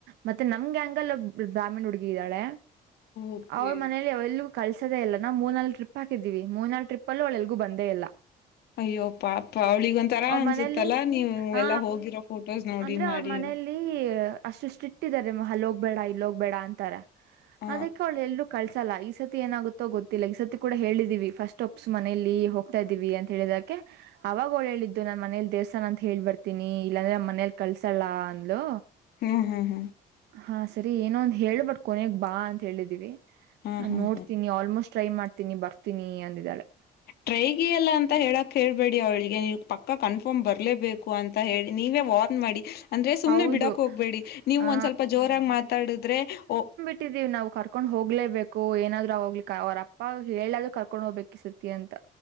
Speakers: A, on the right (about 80°); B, on the left (about 70°).
A: ಮತ್ತೆ ನಮ್ ಗ್ಯಾಂಗ್ ಅಲ್ಲಿ ಒಬ್ಳು ಬ್ರಾಹ್ಮಣ ಹುಡುಗಿ ಇದ್ದಾಳೆ
B: ಓಕೆ
A: ಅವ್ರ ಮನೇಲಿ ಅವ. ಕಳ್ಸದೆಲ್ಲ ನಾ ಮೂ ನಲ್ ಟ್ರಿಪ್ ಹಾಕಿದೀವಿ ಮೂರ್ನಾಲ್ ಟ್ರಿಪ್ಲ್ಲೂ ಒಳೆಗೂ ಬಂದೇ ಇಲ್ಲ.
B: ಅಯ್ಯೋ ಪಾ ಪ್ಪಾ ಅವ್ಳಿಗ ಒಂಥರಾ
A: ಅವ್ರ
B: ಅನ್ಸುತ್ತಲ್ಲಾ
A: ಮನೇಲಿ
B: ನೀವು
A: ಹಾ
B: ಎಲ್ಲಾ ಹೋಗಿರೋ ಫೋಟೋಸ್ ನೋಡಿ
A: ಅಂದ್ರೆ
B: ಮಾಡಿ.
A: ಅವ್ರ ಮನೇಲಿ ಅಷ್ಟು ಸ್ಟ್ರಿಕ್ ಇದಾರೆ ಅಲ್ಲಿ ಹೋಗ್ಬೇಡ ಇಲ್ಲ ಹೋಗ್ಬೇಡ ಅಂತಾರೆ
B: ಹ
A: ಅದಕ್ಕೆ ಅವಳ್ಳೆ ಎಲ್ರುೂ. ಕಳ್ಸಲ್ಲ ಈ ಸತಿ ಏನಾಗುತ್ತೋ ಗೊತ್ತಿಲ್ಲ ಈ ಸತಿ ಕೂಡ ಹೇಳಿದೀವಿ ಫಸ್ಟ್ ಒಪ್ಸಸ್ ಮನೇಲಿ ಹೋಗ್ತಾ ಇದ್ದೀವಿ ಅಂತ ಹೇಳಿದಾಗ. ಕ್ಕೆ. ಅವಾಗೋಳ ಹೇಳಿದ್ದು ನಾನ್ ಮನೇಲಿ ದೇವಸ್ಥಾನ ಅಂತ ಹ ಹೇಳಳ್ ಬರ್ತೀನಿ ಇಲ್ಲಾಂದ್ರೆ ನಮ್ಮ್ ಮನೇಲ್ ಕಳ್ಸಳ ಅಂದ್ಲು.
B: ಹ್ಮ್ ಹ್ಮ್ ಹ್ಮ್-
A: ಹಾ ಸರಿ ಏನೋ ಅಂದ ಹೇಳ ಬಟ್ ಕೊನೆಗ್ ಬಾ ಅಂತ ಹೇಳಿದೀವಿ
B: ಹ್ಮ್ ಹ್ಮ್
A: ನೋಡ್ತೀನಿ
B: ಹ್ಮ್
A: ಆಲ್ಮೋಸ್ಟ್. ಟ್ರೈ ಮಾಡ್ತೀನಿ ಬರ್ತೀನಿ ಅಂದಿದ್ದಾಳೆ.
B: ಟ್ರೈಗಿ ಅಲ್ಲ ಅಂತ ಹೇಳಕ್ ಹೇಳ್ಬೇಡಿ ಅವಳಿಗೆ ನೀವು ಪಕ್ಕ ಕನ್ಫರ್ಮ್ ಬರಲೇಬೇಕು ಅಂತ ಹೇಳಿ ನೀವೇ ವಾರ್ನ್ ಮಾಡಿ. ಅಂದ್ರೆ ಸುಮ್ನೆ
A: ಹೌದು
B: ಬಿಡಕ್ ಹೋಗ್ಬೇಡಿ ನೀವು
A: ಆ
B: ಒಂದ್ ಸ್ವಲ್ಪ ಜೋರಾಗಿ ಮಾತಾಡುದ್ರೆ ಓ.
A: ಇಟ್ಟಿದ್ದೀವಿ ನಾವು ಕರ್ಕೊಂಡ್ ಹೋಗ್ಲೇಬೇಕು ಏನಾದ್ರು ಆ ಹೋಗ್ಲಿ ಅವ್ರ ಅಪ್ಪ ಹೇಳಾದ್ರು ಕರ್ಕೊಂಡ್ ಹೋಗ್ಬೇಕಕ್ ಇ ಸತಿ ಅಂತ.